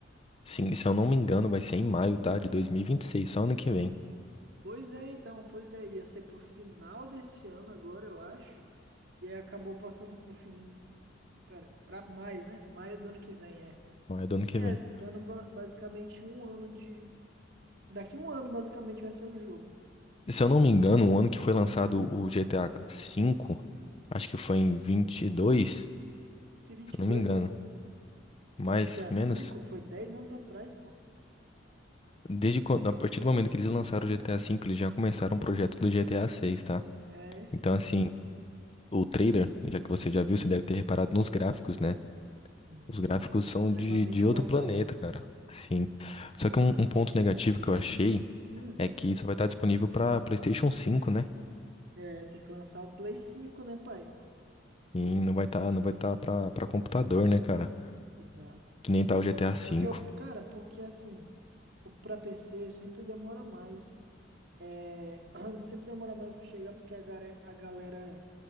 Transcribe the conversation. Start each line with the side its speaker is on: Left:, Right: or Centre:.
Left: Sim, se eu não me engano, vai ser em maio, tá? De 2026, só ano que vem.
Right: Pois é, então, pois é, ia ser pro final desse ano agora, eu acho. E aí acabou passando pro fin... Pera, pra maio, né? Maio do ano que vem, é.
Left: Maio do ano que
Right: É,
Left: vem.
Right: dando ba- basicamente um ano de. Daqui um ano, basicamente, vai ser o jogo.
Left: Se eu não me engano, o ano que foi lançado o GTA V, acho que foi em 22,
Right: Que vinte
Left: se eu
Right: e dois
Left: não me engano. Mais,
Right: O GTA V
Left: menos.
Right: foi 10 anos atrás, pô.
Left: Desde quando, a partir do momento que eles lançaram o GTA V, eles já começaram o projeto do GTA VI, tá?
Right: É, sim.
Left: Então, assim, o trader, já que você já viu, você deve ter reparado nos gráficos, né?
Right: Sim,
Left: Os gráficos
Right: ex- extremamente
Left: são de, de outro
Right: qualidade.
Left: planeta, cara. Sim. Só que um, um ponto negativo que eu achei
Right: Hum,
Left: é que isso vai estar disponível para PlayStation cinco, né?
Right: é, tem que lançar o Play cinco, né, pai?
Left: E não vai estar, não vai estar para para computador, né, cara?
Right: Exato.
Left: Que nem
Right: É,
Left: tá o
Right: po-
Left: GTA
Right: é
Left: V.
Right: porque, eu- cara, porque assim, o pra PC sempre demora mais. É, <clears throat> sempre demora mais pra chegar porque a, gare- a galera